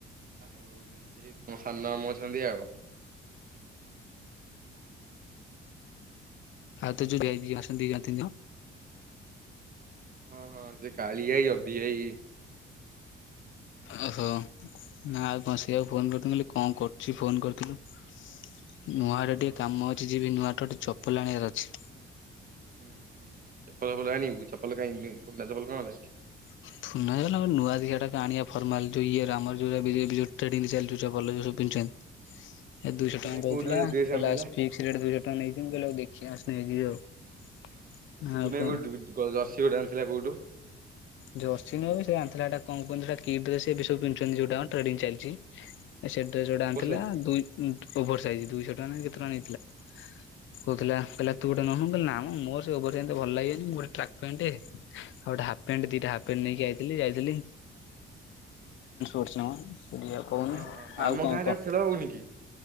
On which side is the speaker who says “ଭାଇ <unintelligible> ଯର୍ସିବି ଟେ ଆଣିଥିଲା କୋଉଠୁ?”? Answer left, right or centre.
Right